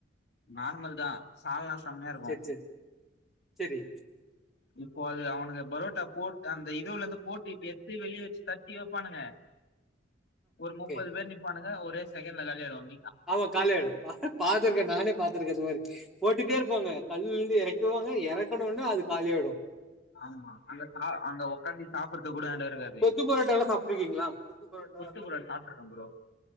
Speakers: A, on the left; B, in the centre.
A: நார்மல் தா சால்னா செம்மையாருக்கு
B: சரி சரி சரி
A: இப்போ அது அவனுங்க பரோட்டா போட்டு அந்த இதுவுலருந்து போட்டு இப்ப எத்து வெளிய வச்சு கட்டி வைப்பானுங்க ஒரு
B: ஓகே
A: முப்பது பேர் நிப்பானுங்க ஒரே செக்கண்ட்ல காலியாயிடுவாங்க
B: ஆமா காலியாயிடு பாத்துருக்கே நானே பாத்துருக்கே அது மாதிரி போட்டுட்டே இருப்பாங்க கல்லருந்து எறைக்கவு வு எறக்கனோன்னே அது காலியாயிடு
A: ஆமா அங்க கா அங்க உக்காந்து சாப்புறதுக் கூட எடோருக்காது
B: கொத்து பரோட்டா எல்லாம் சாப்பிட்டுருக்கீங்களா கொத்து பரோட்டா
A: கொத்து
B: எல்லாம்
A: புரோட் சாப்ட்ருக்கே ப்ரோ